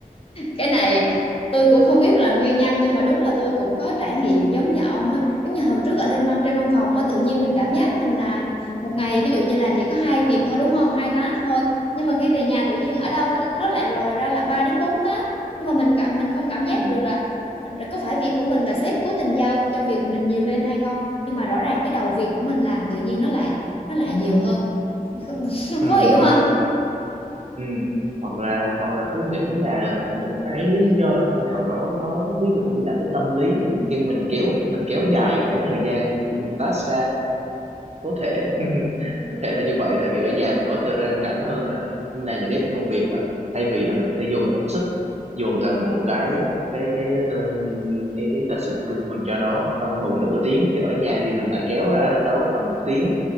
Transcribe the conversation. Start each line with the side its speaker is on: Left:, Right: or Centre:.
Left: cái này tôi cũng không biết là nguyên nhân nhưng mà đúng là tôi cũng có trải nghiệm giống như ông á giống như hồi trước ở lên văn trên văn phòng á tự nhiên mình cảm giác mình làm một ngày ví dụ như là chỉ có hai việc thôi đúng không hai task thôi nhưng mà khi về nhà tự nhiên ở đâu nó lại lòi ra là 3 đến 4 task nhưng mà mình cảm mình không cảm giác
Right: ừ
Left: được là có phải việc của mình là sếp cố tình giao cho việc mình nhiều lên hay không nhưng mà rõ ràng cái đầu việc của mình làm tự nhiên nó lại nó lại nhiều hơn <laughs>
Right: ừ
Left: khó hiểu
Right: ừ
Left: không
Right: ừ hoặc là hoặc là tôi nghĩ là một cái lý do nào đó nó ví dụ như là cái tâm lý cái mình kéo mình kéo dài cái thời gian của một task ra có thể có thể là như vậy tại vì ở nhà mình có thời gian rảnh hơn nè nên là những cái công việc mà thay vì là mình có thể dồn công sức dồn toàn bộ cái cái cái th- cái cái, tập sự tập trung của mình cho nó trong vòng nửa tiếng thì ở nhà thì mình lại kéo ra đâu đó tầm một tiếng